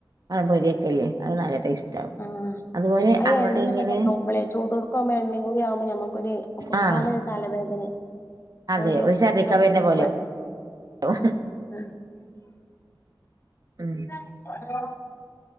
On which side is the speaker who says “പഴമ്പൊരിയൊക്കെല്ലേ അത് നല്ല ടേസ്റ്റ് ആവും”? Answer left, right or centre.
Right